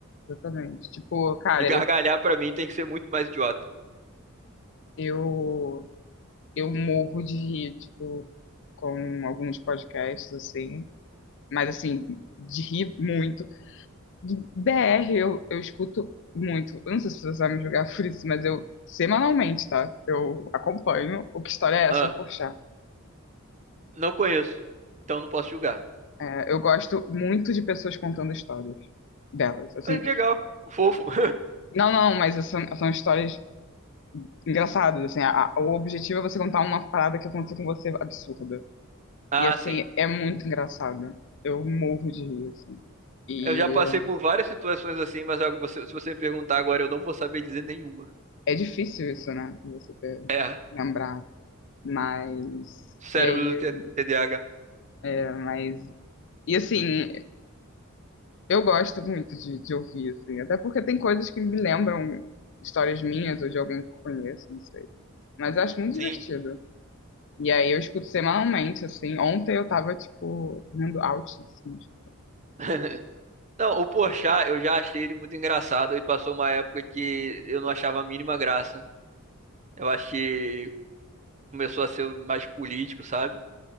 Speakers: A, on the left (about 60°); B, on the right (about 35°).
A: Exatamente. Tipo, cara,
B: E gargalhar,
A: eu,
B: pra mim, tem que ser muito mais idiota.
A: eu, eu morro de rir, tipo, com alguns podcasts, assim. Mas, assim, de rir muito. De BR eu, eu escuto muito. Eu não sei se você vai me julgar por isso, mas eu, semanalmente, tá? Eu acompanho o que história é essa,
B: Ah,
A: poxa.
B: não conheço, então não posso julgar.
A: É, eu gosto muito de pessoas contando histórias delas, assim.
B: Ah, que Legal, fofo. <laughs>
A: Não, não, mas são, são histórias engraçadas, assim. A- a- o objetivo é você contar uma parada que aconteceu com você absurda.
B: Ah,
A: E assim,
B: sim.
A: é muito engraçado. Eu morro de rir, assim. E
B: Eu já passei por várias situações assim, mas ah, você- se você me perguntar agora, eu não vou saber dizer nenhuma.
A: é difícil isso, né? de Você ter,
B: É,
A: lembrar. Mas.
B: cérebro
A: E aí.
B: do T- TDAH.
A: É, mas. E assim, eu gosto muito de, de ouvir, assim. Até porque tem coisas que me lembram histórias minhas ou de alguém que eu conheço, não sei. Mas eu acho muito
B: Sim.
A: divertido. E aí eu escuto semanalmente, assim. Ontem eu tava, tipo, rindo alto, assim, tipo.
B: <laughs> Não, o Porchat, eu já achei ele muito engraçado e passou uma época que eu não achava a mínima graça. Eu acho que começou a ser mais político, sabe?